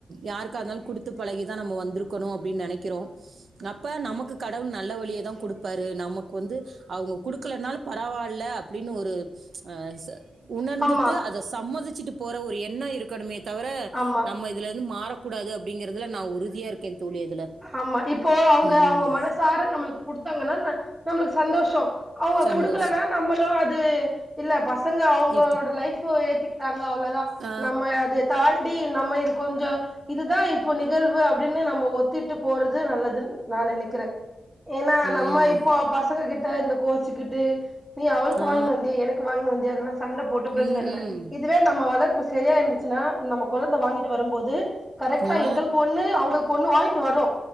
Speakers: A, on the right (about 70°); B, on the right (about 15°).
A: யாருக்காக இருந்தாலு குடுத்து பழகிதா நம்ம வந்ருக்கணு அப்டின் நெனக்கிறோ அப்ப நமக்கு கடவுள் நல்ல வழியதா குடுப்பாரு நமக்கு வந்து அவுங்க குடுக்கலனாலு பரவால்ல அப்டினு ஒரு ச உணர்ந்துட்டு
B: ஆமா
A: அத சம்மதிச்சிட்டு போற ஒரு எண்ண இருக்கணுமே தவர
B: ஆமா
A: நம்ம இதுல இருந்து மாறக்கூடாது அப்டிங்கறதுல நா உறுதியா இருக்கே தோழி அதுல
B: ஆமா இப்போ அவுங்க
A: ம்.
B: அவுங்க மனசார நம்ளுக்கு குடுத்தாங்கன்னா ந நம்ளுக்கு சந்தோஷோ அவுங்க
A: சந்தோஷம்.
B: குடுக்லனா நம்மளு அது இல்ல பசங்க அவங்களோட
A: எடுத்து
B: லைஃபு த்திகிட்டாங்க அவ்ளதா
A: ஆ.
B: நம்ம அது தாழ் அப்டி நம்ம இது கொஞ்ச இதுதா இப்ப நிகழ்வு அப்டினு நம்ம ஒத்திட்டு போறது நல்லதுன் நா நெனக்கிறே ஏனா
A: ம்.
B: நம்ம இப்போ பசங்ககிட் ட இந்த கோச்சிகிட்டு நீ அவுளுக்கு
A: ஆ
B: வாங்கினு வந்தியா எனக்கு வாங்கினு வந்தியா அதெல்லா சண்ட போட்டு ப்ரோச்சன
A: ம்.
B: இல்ல இது தே நம்ம வளர்ப்பு சரியா இருந்துச்சுன்னா நம்ம கொழந்த வாங்கிட்டு வரும்போது கரெக்ட்டா
A: ஆ
B: எங்ளுக்கு ஒன்னு அவுங்ளுக் கொன்னு வாங்கிட்டு வருவோ